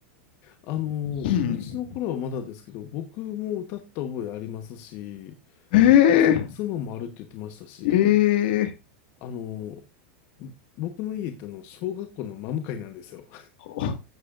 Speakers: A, on the left; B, on the left.
A: あの、
B: うん。
A: うちの頃はまだですけど、僕も歌った覚えありますし、
B: へえ、
A: うちの妻もあるって言ってましたし、
B: ええ、
A: あの、僕の家行っての、小学校のマム会なんですよ。
B: ほ